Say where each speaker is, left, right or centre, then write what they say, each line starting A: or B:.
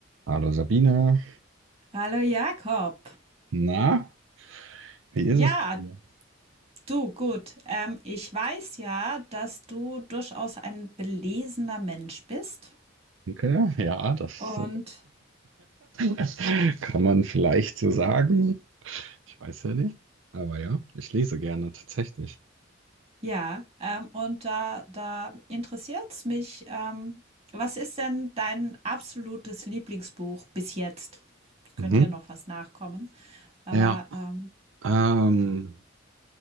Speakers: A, on the right; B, on the right.
A: Hallo Sabine,
B: Hallo Jakob.
A: na, wie ist
B: Ja,
A: es bei dir?
B: du, gut. Ähm, ich weiß ja, dass du durchaus ein belesener Mensch bist.
A: Danke, ja, das
B: Und
A: äh, kann man vielleicht so sagen. Ich weiß ja nicht, aber ja, ich lese gerne tatsächlich.
B: ja, ähm, und da, da interessiert es mich, ähm, was ist denn dein absolutes Lieblingsbuch bis jetzt? Es könnte
A: Mhm.
B: ja noch was nachkommen. Aber
A: Ja,
B: ähm,
A: ähm,